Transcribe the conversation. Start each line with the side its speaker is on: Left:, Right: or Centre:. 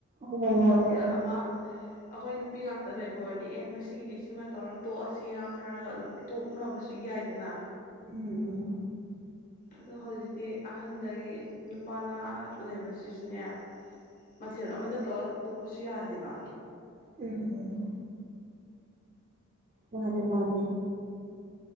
Right: ꯍꯣ ꯍꯣ
Left: ꯃꯊꯦꯜ ꯑꯃ
Right: <unintelligible>
Left: ꯑꯩꯈꯣꯏ ꯅꯨꯄꯤ ꯉꯥꯛꯇ ꯂꯩꯕ ꯑꯣꯏꯔꯗꯤ ꯑꯦ ꯉꯁꯤꯒꯤꯗꯤ ꯁꯤꯃ ꯇꯧꯔ ꯇꯣꯛꯑꯁꯤꯒ ꯍꯥꯏꯔꯒ ꯑꯗꯨꯝ ꯇꯣꯛ ꯇꯣꯛꯅꯕꯁꯨ ꯌꯥꯏꯗꯅ
Right: ꯎꯝ ꯎꯝ
Left: ꯑꯗꯣ ꯍꯧꯖꯤꯛꯇꯤ ꯑꯍꯟꯗꯒꯤ ꯅꯨꯄꯥꯅꯍꯥ ꯂꯩꯕꯁꯤꯁꯨꯅꯦ ꯃꯊꯦꯜ ꯑꯃꯇ ꯇꯧꯔ ꯇꯣꯛꯄꯁꯨ ꯌꯥꯗꯦꯕ
Right: ꯎꯝ ꯎꯝ ꯃꯥꯅꯦ ꯃꯥꯅꯦ